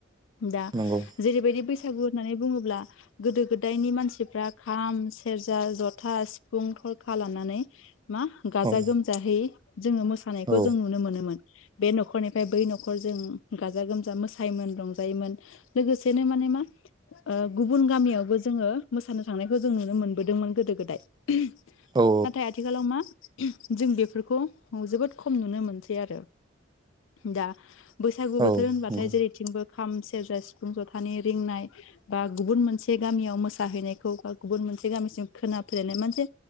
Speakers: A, on the left (about 75°); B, on the right (about 20°).
A: दा
B: नंगौ
A: जेरैबायदि बैसागु बैसागु होननानै बुङोब्ला गोदो गोदायनि मानसिफ्रा खाम सेरजा जथा सिफुं थरखा लानानै मा गाजा
B: औ
A: गोमजाहै जोङो मोसानायखौ
B: औ
A: जों नुनो मोनो । मोन बे न'खरनिफ्राय बै न'खर जों गाजा गोमजा मोसायोमोन रंजायोमोन । लोगोसेनो माने मा ओ गुबुन गामियावबो जोङो मोसानो थांनायखौ जों नुनो मोनबोदोंमोन गोदो गोदाय । <unintelligible>
B: औ
A: नाथाय आथिखालाव मा जों बेफोरखौ जोबोद खम नुनो मोनसै । सै आरो दा बैसागु
B: औ
A: बोथोर होनबाथाय
B: नंगौ
A: जेरैथिंबो खाम, सेरजा, सिफुं, जथानि रिंनाय बा गुबुन मोनसे गामियाव मोसाहैनायखौ बा गुबुन मोनसे गामिसिम खोनाफैलायनाय मोनसे